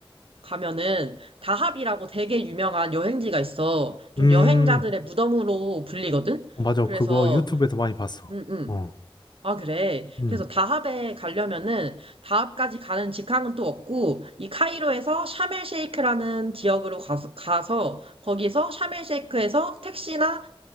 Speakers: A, on the right; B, on the left.
A: 가면은 다합이라고 되게 유명한 여행지가 있어. 좀
B: 음.
A: 여행자들의 무덤으로 불리거든.
B: 어, 맞아.
A: 그래서
B: 그거 유튜브에서 많이 봤어.
A: 음, 음.
B: 어.
A: 아, 그래.
B: 음.
A: 그래서 다합에 가려면은 다합까지 가는 직항은 또 없고 이 카이로에서 샤멜 쉐이크라는 지역으로 가서, 가서 거기서 샤멜 쉐이크에서 택시나